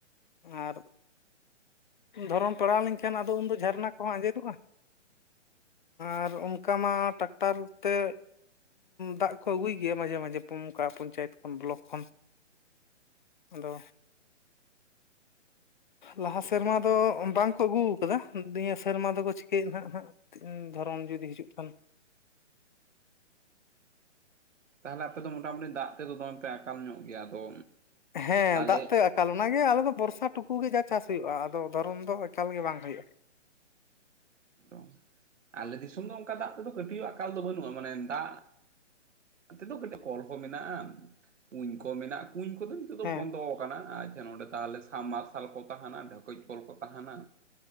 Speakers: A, on the left (about 45°); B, on the right (about 80°).
A: ᱟᱨ ᱫᱷᱚᱨᱚᱱ ᱯᱟᱲᱟᱣ ᱞᱮᱱᱠᱷᱟᱱ ᱟᱫᱚ ᱩᱱᱫᱚ ᱡᱷᱟᱨᱱᱟ ᱠᱚᱦᱚᱸ ᱟᱸᱡᱮᱫᱚᱜ-ᱟ, ᱟᱨ ᱚᱱᱠᱟ ᱢᱟ ᱴᱨᱟᱠᱴᱟᱨ ᱛᱮ ᱫᱟᱜ ᱠᱚ ᱟᱹᱜᱩᱭ ᱜᱮᱭᱟ ᱢᱟᱡᱷᱮ ᱢᱟᱡᱷᱮ ᱚᱱᱠᱟ ᱯᱚᱧᱪᱟᱭᱮᱛ ᱠᱷᱚᱱ ᱵᱚᱞᱚᱠ ᱠᱷᱚᱱ ᱾ ᱟᱫᱚ ᱞᱟᱦᱟ ᱥᱮᱨᱢᱟ ᱫᱚ ᱵᱟᱝᱠᱚ ᱟᱹᱜᱩ ᱠᱟᱫᱟ ᱫᱤᱭᱮᱸ ᱥᱮᱨᱢᱟ ᱫᱚᱠᱚ ᱪᱤᱠᱟᱹᱭᱮᱫ ᱱᱟᱦᱟᱜ ᱱᱟᱦᱟᱜ ᱫᱷᱚᱨᱚᱱ ᱡᱩᱫᱤ ᱦᱤᱡᱩᱜ ᱠᱷᱟᱱ,
B: ᱛᱟᱦᱟᱞᱮ ᱟᱯᱮ ᱫᱚ ᱢᱳᱴᱟᱢᱩᱴᱤ ᱫᱟᱜ ᱛᱮᱫᱚ ᱫᱚᱢᱮ ᱯᱮ ᱟᱠᱟᱞ ᱧᱚᱜ ᱜᱮᱭᱟ ᱟᱫᱚ
A: ᱦᱮᱸ
B: ᱟᱞᱮ
A: ᱫᱟᱜ ᱛᱮ ᱟ ᱮᱠᱟᱞ ᱚᱱᱟᱜᱮ ᱟᱞᱮ ᱫᱚ ᱵᱚᱨᱥᱟ ᱴᱩᱠᱩ ᱜᱮ ᱡᱟ ᱪᱟᱥ ᱦᱩᱭᱩᱜᱼᱟ, ᱟᱫᱚ ᱫᱷᱚᱨᱚᱱ ᱫᱚ ᱮᱠᱟᱞ ᱜᱮ ᱵᱟᱝ ᱦᱩᱭᱩᱜᱼᱟ ᱾
B: ᱚ ᱟᱞᱮ ᱫᱤᱥᱚᱢ ᱫᱚ ᱚᱱᱠᱟ ᱫᱟᱜ ᱛᱮᱫᱚ ᱠᱟᱹᱴᱤᱡ ᱦᱚᱸ ᱟᱠᱟᱞ ᱫᱚ ᱵᱟᱹᱱᱩᱜᱼᱟ, ᱢᱟᱱᱮ ᱫᱟᱜ <inaudible> ᱛᱮᱫᱚ ᱠᱟᱹᱴᱤᱡ ᱠᱚᱞ ᱦᱚᱸ ᱢᱮᱱᱟᱜᱼᱟ, ᱠᱩᱧ ᱠᱚ ᱢᱮᱱᱟᱜ ᱠᱩᱧ ᱠᱚᱫᱚ ᱱᱤᱛᱚᱜ ᱫᱚ
A: ᱦᱮᱸ
B: ᱵᱚᱱᱫᱚ ᱟᱠᱟᱱᱟ, ᱟᱪᱪᱷᱟ ᱱᱚᱸᱰᱮ ᱛᱟᱦᱚᱞᱮ ᱥᱟᱢ-ᱢᱟᱨᱥᱟᱞ ᱠᱚ ᱛᱟᱦᱮᱸᱱᱟ ᱰᱷᱮᱠᱚᱡ ᱠᱚᱞ ᱠᱚ ᱛᱟᱦᱮᱱᱟ,